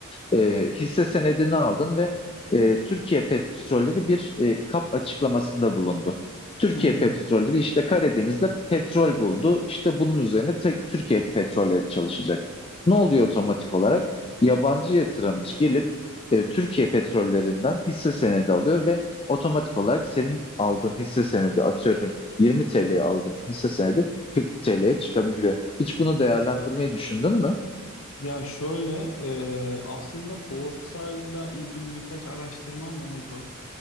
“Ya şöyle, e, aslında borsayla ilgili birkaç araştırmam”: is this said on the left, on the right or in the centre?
Left